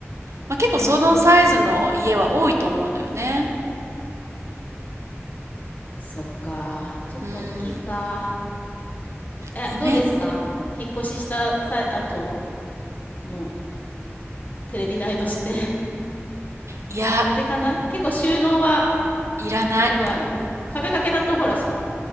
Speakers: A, on the right; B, on the left.
A: まあ、結構そのサイズの家は多いと思うのよね。
B: うんうん。そっか。ちょっと大きいか。
A: うーん。
B: え、
A: 2メ、
B: どうですか引っ越しした際、後のテレビ台として <laughs>
A: いや、
B: 持ってかない結構収納は
A: いらない。
B: すごいあるよ。壁掛けだとほらし、